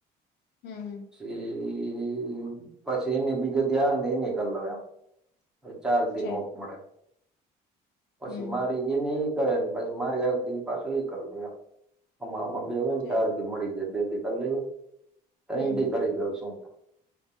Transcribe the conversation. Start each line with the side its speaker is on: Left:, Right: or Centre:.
Left: હમ્મ.
Centre: ઈ પછી એને બીજો ધ્યા નક લ્યા. એટ ચાર દિન
Left: છે
Centre: ઓક મળે. પછી
Left: હમ
Centre: મારી એની ઈ કરે ને પછી મારી આવતી એ પાછું એ કરી દે એમ. આમાં આમા બે હોમ
Left: છે
Centre: સારધી મળી જાય બેથી કરી
Left: હમ
Centre: લઈથી
Left: હમ
Centre: કરી ગેલશુ.